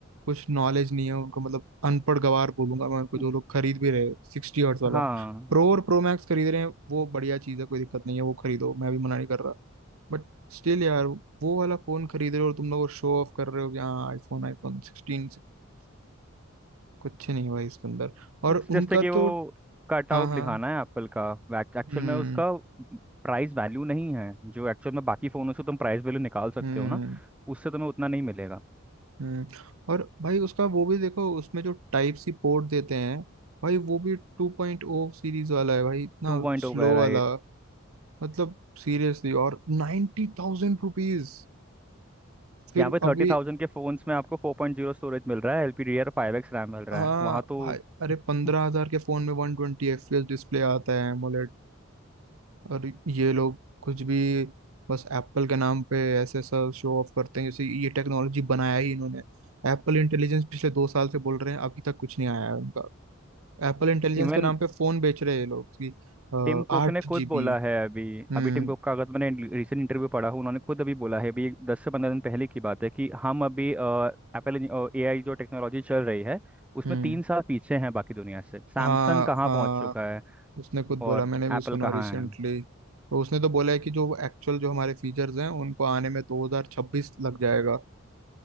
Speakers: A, on the right (about 80°); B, in the centre.
A: कुछ नॉलेज नहीं है उनको मतलब अनपढ़ गवार बोलूंगा मैं उनको
B: हम्म,
A: जो लोग खरीद भी रहे सिक्सटी हर्ट्स वाला
B: हाँ
A: प्रो और प्रो मैक्स खरीद रहे हैं वो बढ़िया चीज़ है कोई दिक्कत नहीं है वो खरीदो मैं भी मना नहीं कर रहा बट स्टिल यार वो वाला फोन खरीद रहे हो और तुम लोग शो ऑफ कर रहे हो कि हाँ आईफोन आईफोन सिक्सटीन कुछ नहीं है भाई इसके अंदर और
B: उस
A: उनका
B: जैसे कि
A: तो
B: वो कट
A: हाँ
B: आउट
A: हाँ
B: दिखाना है एप्पल का एक्चुअल
A: हम्म
B: में उसका प्राइस वैल्यू नहीं है जो एक्चुअल में बाकी फ़ोनों से तुम प्राइस वैल्यू निकाल सकते
A: हम्म।
B: हो ना उससे तुम्हें उतना नहीं मिलेगा
A: हम्म और भाई उसका वो भी देखो उसमें जो टाइप सी पोर्ट देते हैं भाई वो भी टू पॉइंट ओ सीरीज वाला है भाई इतना
B: टू पॉइंट
A: स्लो
B: हो गया राइट
A: वाला मतलब सीरियसली और नाइन्टी थाउजेंड रुपीज फिर
B: यहाँ पे
A: अभी
B: थर्टी थाउजेंड के फ़ोन्स में आपको फोर पॉइंट जीरो स्टोरेज मिल रहा है एल पी डी आर फाइव एक्स रैम मिल रहा
A: हाँ
B: है वहाँ तो
A: भाई अरे
B: <laughs>
A: पंद्रह हजार के फोन में वन ट्वेंटी एफ पी एस डिस्प्ले आता है AMOLED और ये लोग कुछ भी बस एप्पल के नाम पे ऐसे सब शो ऑफ करते हैं जैसे ये टेक्नोलॉजी बनाया ही इन्होंने एप्पल इंटेलिजेंस पिछले दो साल से बोल रहे हैं अभी तक कुछ नहीं आया है उनका एप्पल इंटेलिजेंस
B: इवन
A: के नाम पे फोन बेच रहे हैं ये लोग कि अ,
B: टिम कुक
A: आठ
B: ने खुद
A: जीबी
B: बोला है अभी
A: हम्म
B: अभी टिम कुक का अगर मैंने रिसेंट इंटरव्यू पढ़ा हूँ उन्होंने खुद अभी बोला है अभी दस से पंद्रह दिन पहले की बात है कि हम अभी एप्पल एआई जो टेक्नोलॉजी चल रही है उसमें
A: हम्म
B: तीन साल पीछे हैं बाकी दुनिया से सैमसंग
A: हाँ
B: कहाँ
A: हाँ
B: पहुंच चुका है
A: उसने खुद बोला
B: और
A: मैंने भी
B: एप्पल
A: सुना
B: कहाँ
A: रिसेंटली तो उसने तो बोला है कि जो एक्चुअल जो हमारे फीचर्स हैं उनको आने में 2026 लग जाएगा